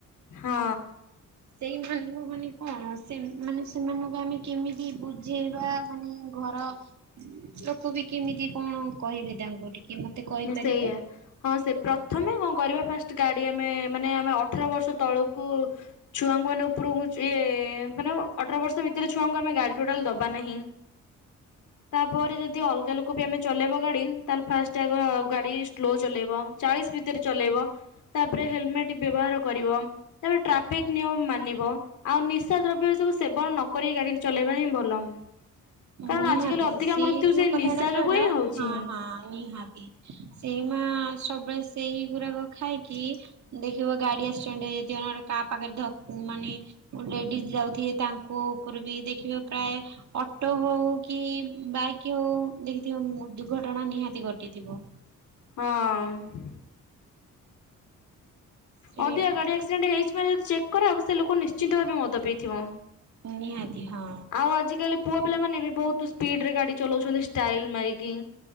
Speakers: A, on the left; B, on the right.
A: ହଁ।
B: ସେଇମାନଙ୍କୁ ମାନେ କଣ ସେ ମାନେ ସେମାନଙ୍କୁ ଆମେ କେମିତି ବୁଝେଇବା ମାନେ ଘର ଲୋକ ବି କେମିତି କଣ କହିବେ ତାଙ୍କୁ ଟିକେ ମତେ କହିପାରିବେ?
A: ନା ସେଇଆ ହଁ ସେ ପ୍ରଥମେ କଣ କରିବା ଫାଷ୍ଟ ଗାଡି ଆମେ ମାନେ ଆମେ ଅଠର ବର୍ଷ ତଳକୁ ଛୁଆଙ୍କୁ ମାନେ ଉପରକୁ ଇଏ ମାନେ ଅଠର ବର୍ଷ ଭିତରେ ଛୁଆଙ୍କୁ ଆମେ ଗାଡି ଟୋଟାଲ ଦବା ନାହିଁ ତାପରେ ଯଦି ଅଲଗା ଲୋକ ବି ଆମେ ଚଲେଇବ ଗାଡି ତାହଲେ ଫାଷ୍ଟ ଆଗ ଗାଡି ସ୍ଲୋ ଚଲେଇବ ଚାଳିଶ ଭିତରେ ଚଲେଇବ। ତାପରେ ହେଲମେଟ ବ୍ୟବହାର କରିବ ତାପରେ ଟ୍ରାଫିକ ନିୟମ ମାନିବ। ଆଉ ନିଶା ଦ୍ରବ୍ୟ ଏ ସବୁ ସେବନ ନକରି ଗାଡି ଚଲେଇବା ହିଁ ଭଲ। କାରଣ
B: ନିହାତି
A: ଆଜିକାଲି ଅଧିକା
B: ସେଇ
A: ମୃତ୍ୟୁ
B: ଯୋଉ
A: ସେ
B: କଥାଟା
A: ନିଶା
B: କହିଲ
A: ଯୋଗୁ ହିଁ ହଉଛି
B: ହଁ ହଁ ନିହାତି। ସେଇ ମା ସବୁବେଳେ ସେଇ ଗୁରାକ ଖାଇକି ଦେଖିବ ଗାଡି ଆକ୍ସ ସେଆଡେ଼ <inaudible> କାହା ପାଖରେ ଧ ମାନେ ଲେଡିଜ ଯାଉଥିବେ ତାଙ୍କ ଉପରେ ବି ଦେଖିବେ ପ୍ରାୟେ ଅ ଅଟୋ ହଉ କି ବାଇକ୍ ହଉ ଦେଖିଥିବ ଦୁର୍ଘଟଣା ନିହାତି ଘଟିଥିବ।
A: ହଁ ମ୍।
B: ସେଇ
A: ଅଧିକା ଗାଡି ଆକ୍ସିଡେଣ୍ଟ ହେଇଛି ମାନେ ଯଦି ଚେକ୍ କରାହବ ସେ ଲୋକ ନିଶ୍ଚିନ୍ତ ଭାବେ ମଦ ପିଇଥିବ।
B: ନିହାତି ହଁ।
A: ଆଉ ଆଜିକାଲି ପୁଅ ପିଲାମାନେ ବି ବହୁତ ସ୍ପିଡ ରେ ଗାଡି ଚଲାଉଛନ୍ତି ଷ୍ଟାଇଲ ମାରିକି।